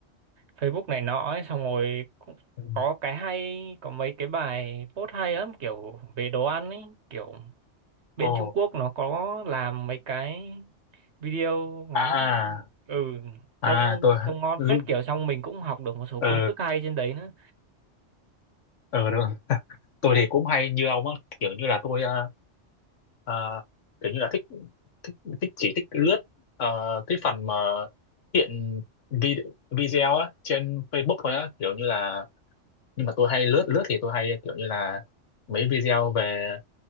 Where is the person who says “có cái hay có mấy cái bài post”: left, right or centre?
Right